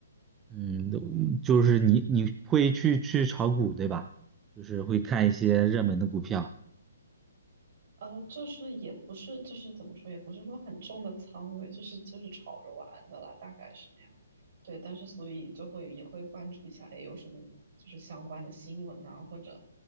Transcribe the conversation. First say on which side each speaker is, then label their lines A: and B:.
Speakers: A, on the right; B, on the right.
A: 嗯，就是你你会去去炒股，对吧？就是会看一些热门的股票。
B: 呃，就是也不是，就是怎么说，也不是说很重的仓位，就是就是炒着玩的啦，大概是那样。对，但是所以就会也会关注一下，哎，有什么就是相关的新闻呐、或者